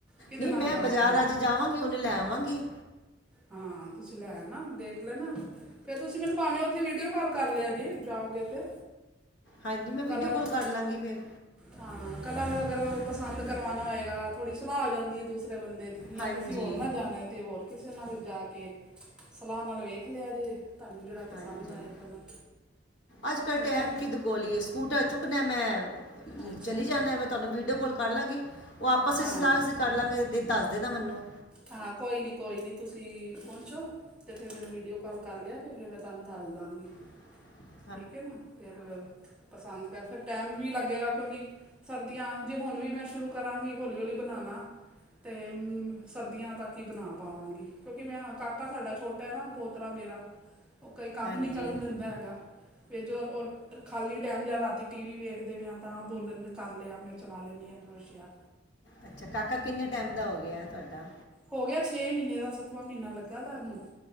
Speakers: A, in the centre; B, on the left.
A: ਕਿਹਦੇ
B: ਨਹੀਂ
A: ਨਾਲ
B: ਮੈਂ
A: ਜਾਓਗੇ
B: ਬਾਜ਼ਾਰ ਅੱਜ ਜਾਵਾਂਗੀ, ਹੁਨੇ ਲੈ ਆਵਾਂਗੀ।
A: ਹਾਂ, ਤੁਸੀਂ ਲੈ ਆਨਾ, ਦੇਖ ਲੈਨਾ। ਫਿਰ ਤੁਸੀਂ ਮੈਨੂੰ ਭਾਵੇਂ ਉੱਥੇ ਵੀਡੀਓ ਕੋਲ ਕਰ ਲਿਆ ਜੇ, ਜਾਓਗੇ ਤੇ।
B: ਹਾਂਜੀ, ਮੈਂ ਵੀਡੀਓ
A: ਕਲਰ
B: ਕੋਲ ਕਰਲਾਂਗੀ ਫਿਰ।
A: ਹਾਂ, ਕਲਰ ਅਗਰ ਪਸੰਦ ਕਰਵਾਣਾ ਹੋਏਗਾ, ਥੋੜੀ ਸਲਾਹ ਹੋ ਜਾਂਦੀ ਏ, ਦੂਸਰੇ ਬੰਦੇ ਜਾਂ
B: ਹਾਂਜੀ
A: ਕਿਸੇ ਹੋਰ ਨਾ ਜਾਣਾ ਤੇ, ਹੋਰ ਕਿਸੇ ਨਾਲ ਜਾਕੇ ਸਲਾਹ ਨਾਲ ਵੇਖ ਲਿਆ ਜੇ। ਤੁਹਾਨੂੰ ਜਿਹੜਾ
B: ਹਾਂਜੀ
A: ਪਸੰਦ ਆ ਇਹ ਕਲਾ
B: ਅੱਜ ਕੱਲ੍ਹ
A: ਪਟੈ।
B: ਟਾਈਮ ਕਿਹਦੇ ਕੋਲ ਹੀ ਹੈ ਸਕੂਟਰ ਚੁੱਕਣੇ ਮੈਂ।
A: ਅੱਛਾ
B: ਚਲੀ
A: ਅੱਛਾ
B: ਜਾਂਦਾ ਮੈਂ ਤੁਹਾਨੂੰ ਵੀਡੀਓ ਕਾਲ ਕਰ ਲਾਂਗੀ, ਉਹ ਆਪਸ
A: ਹਾਂ
B: ਚ ਸਲਾ ਕਰ ਲਾਂਗੇ ਦੀ ਦੱਸ ਦੇਨਾ ਮੈਨੂੰ।
A: ਹਾਂ ਕੋਈ ਨੀ ਕੋਈ ਨੀ ਤੁਸੀਂ ਪਹੁੰਚੋ। ਤੇ ਫ਼ਿਰ ਮੈਨੂੰ ਵੀਡੀਓ ਕਾਲ ਕਰ ਲਿਆ ਤੇ ਫੇਰ ਮੈਂ ਤੁਹਾਨੂੰ ਦੱਸ ਦਾਂਗੀ।
B: <inaudible>
A: ਠੀਕ ਹੈ ਨਾ ਫਿਰ ਪਸੰਦ ਕਰ ਫਿਰ ਟਾਈਮ ਵੀ ਲੱਗੇਗਾ ਕਿਉਂਕਿ ਸਰਦੀਆਂ ਜੇ ਹੁਣ ਵੀ ਮੈਂ ਸ਼ੁਰੂ ਕਰਾਂਗੀ ਹੌਲੀ-ਹੌਲੀ ਬਨਾਣਾ ਤੇ ਹੂੰ ਸਰਦੀਆਂ ਤੱਕ ਹੀ ਬਣਾ ਪਾਵਾਂਗੀ, ਕਿਉਂਕਿ ਮੈਂ ਹ ਕਾਕਾ ਸਾਡਾ ਛੋਟਾ ਹੈ ਨਾ ਪੋਤਰਾ ਮੇਰਾ। ਉਹ ਕੋਈ ਕੰਮ
B: ਹਾਂਜੀ
A: ਨਹੀਂ ਕਰਨ ਦਿੰਦਾ ਹੈਗਾ। ਫਿਰ ਜੋ ਖਾਲੀ ਟਾਈਮ ਜਾ ਰਾਤੀ ਟੀਵੀ ਵੇਖਦੇ ਪਿਆ ਤਾਂ ਬੋਲਣ ਕਰ ਲਿਆ ਮੈਂ ਚਲਾ ਲੈਂਦੀ ਆ ਕਰੋਸੀਆ।
B: ਅੱਛਾ ਕਾਕਾ ਕਿੰਨੇ ਟਾਈਮ ਦਾ ਹੋ ਗਿਆ ਤੁਹਾਡਾ?
A: ਹੋ ਗਿਆ ਛੇ ਮਹੀਨੇ ਦਾ ਸੱਤਵਾਂ ਮਹੀਨਾ ਲੱਗਾ ਦਾ ਉਹਨੂੰ।